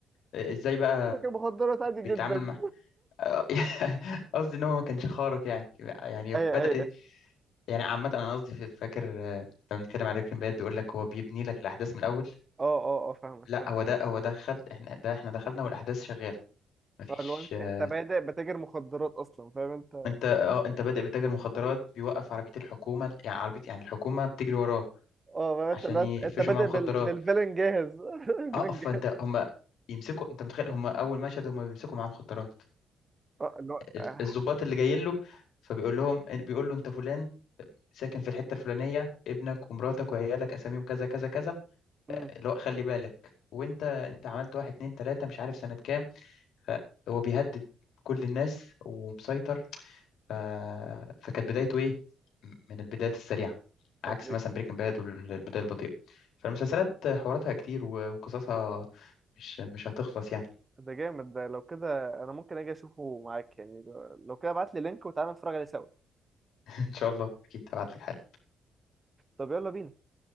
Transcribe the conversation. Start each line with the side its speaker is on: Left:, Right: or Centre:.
Left: ازاي بقى
Right: لكن مخدرات عادي جدا
Left: بيتعامل مع <laughs> قصدي ان هو ما كانش خارق يعني يعني
Right: ايوه
Left: بدأ
Right: ايوه
Left: يعني عامة انا قصدي فاكر آه، لما بنتكلم على بريكنج باد بيقول لك هو بيبني لك الاحداث من الاول
Right: اه اه اه فاهمك
Left: لا
Right: فاهمك
Left: هو ده هو دخل احنا ده احنا دخلنا والاحداث شغالة مفيش
Right: اه لو انت
Left: آه،
Right: انت بادئ بتاجر مخدرات اصلا فاهم انت
Left: انت اه انت بادئ بتاجر مخدرات بيوقف عربية الحكومة يعني عربية يعني الحكومة بتجري وراه
Right: اه فاهم
Left: عشان
Right: انت لو انت
Left: يقفشوا
Right: انت بادئ
Left: معاه مخدرات
Right: بال... بالفيلن جاهز <laughs> الفيلن
Left: اقف
Right: جاهز
Left: فانت هم يمسكوا انت متخيل هم اول مشهد هم بيمسكوا معاه مخدرات
Right: اه اللي هو
Left: ال-
Right: آه.
Left: الضباط اللي جايين له فبيقول لهم بيقول له انت فلان ساكن في الحته الفلانيه ابنك ومراتك وعيالك اساميهم كذا كذا كذا
Right: مم.
Left: آه، اللي هو خلي بالك وانت انت عملت واحد اتنين تلاته مش عارف سنه كام فهو بيهدد كل الناس ومسيطر ف... فكانت بدايته ايه م- من البدايات السريعه عكس
Right: طب ده
Left: مثلا بريكنج باد والبدايه البطيئه فالمسلسلات حواراتها كتير و- وقصصها مش مش هتخلص يعني
Right: ده جامد ده لو كده انا ممكن اجي اشوفه معاك يعني لو لو كده ابعت لي لينك وتعالى نتفرج عليه سوا
Left: <laughs> ان شاء الله اكيد هبعت لك حل
Right: طب يلا بينا